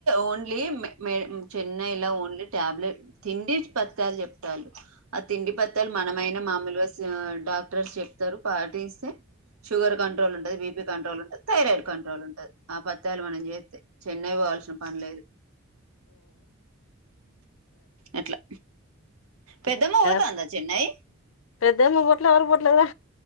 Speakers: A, on the right; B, on the left.
A: ఓన్లీ మ చెన్నలా ఓన్లీ టాబ్లెట్ తిండి పచ్చాలు చెప్తాలు ఆ తిండి పత్తాలు మనమైన మామూలు డాక్టర్స్ చెప్తారు పాటిస్తే షుగర్ కంట్రోల్ ఉంటది బిపీ కంట్రోల్ ఉంటుది థైరాయిడ్ కంట్రోల్ ఉంటది ఆ పత్యలు మనం చేతే చెన్నై పోవాల్సిన పని లేదు అట్లా పెద్దమ్మ పోతాందా
B: స్
A: చెన్నై
B: పెద్దమ్మ బొట్లు ఎవరి బొట్లుదా